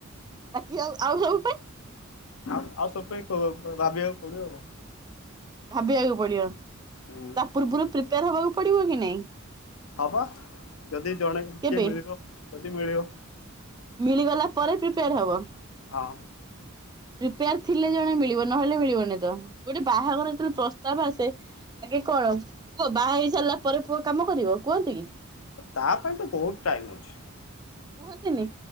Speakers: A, on the right (about 20°); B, on the left (about 70°).
A: ବାକି ଆଉ ସବୁ ପାଇଁ?
B: ଆଉ ଆଉ ସବୁ ପାଇଁ ଭାବିବାକୁ ପଡିବ ଆଉ।
A: ଭାବିବାକୁ ପଡିବ
B: ହୁଁ
A: ତା ପୂର୍ବରୁ ପ୍ରିପେୟାର ହବାକୁ ପଡିବ କି ନାଇଁ?
B: ହଁ ବା ଯଦି ଜଣେ
A: କେବେ
B: କିଏ ମିଳିବ ଯଦି ମିଳିବ।
A: ମିଳିଗଲା ପରେ ପ୍ରିପେୟାର ହବ।
B: ହଁ
A: ପ୍ରିପେୟାର ଥିଲେ ଜଣେ ମିଳିବ ନହେଲେ ମିଳିବନି ତ ଗୋଟେ ବାହାଘର ଯେତେବେଳେ ପ୍ରସ୍ତାବ ଆସେ ଆଗେ କଣ ପୁଅ ବାହା ହେଇ ସାରିଲା ପରେ ପୁଅ କାମ କରିବ କୁହନ୍ତି କି?
B: ତା ପାଇଁ ତ ବହୁତ ଟାଇମ ଅଛି।
A: କୁହନ୍ତିନି